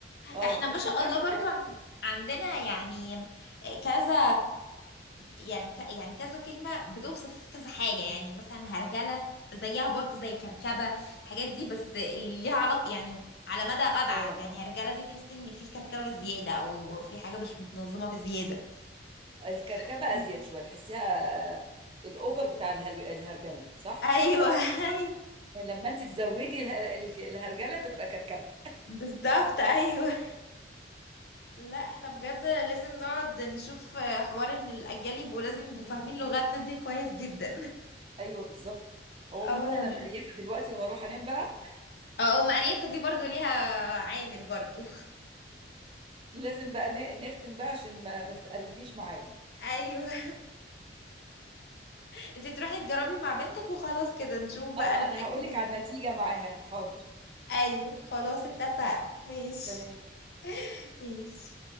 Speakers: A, on the right (about 30°); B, on the left (about 60°).
A: اه
B: احنا ما
A: بس
B: شاء
A: مش عارفه
B: الله برضو
A: كده
B: عن- عندنا يعني آه، كذا يعني ك... يعني كذا كلمة بتوصف كذا حاجة يعني مثلا هرجلة زيها برضو زي كركبة الحاجات دي بس ليها علاقة يعني على مدى أبعد
A: اه
B: يعني هرجلة دي تحس إن في كركبة زيادة أو في حاجة مش متنظمة بزيادة
A: الكركبه
B: <laughs>
A: ازيد شويه تحسيها آه، الاوفر بتاع الهل- الهرجله صح
B: أيوه أيوه
A: لما انت تزودي اله- اله- الهرجله تبقى كركبه
B: بالظبط أيوه لا احنا بجد لازم نقعد نشوف حوار ان الاجيال يبقوا لازم يبقوا
A: مم.
B: فاهمين لغتنا دي كويس جدا
A: ايوه بالظبط هو
B: اه
A: عموما انا مقريفه دلوقتي وهروح انام بقى
B: اه ام اريافه دي برضو ليها عامل برضو
A: لازم بقى ن- نختم بقى عشان ما, ما تتقريفيش معايا
B: <laughs> ايوه <laughs> انت تروحي تجربي مع بنتك وخلاص كده نشوف بقى
A: اه
B: نتاكد
A: انا هقول
B: من
A: لك على
B: الموضوع
A: النتيجه معاها حاضر
B: ايوه خلاص اتفقنا ماشي
A: تمام
B: ماشي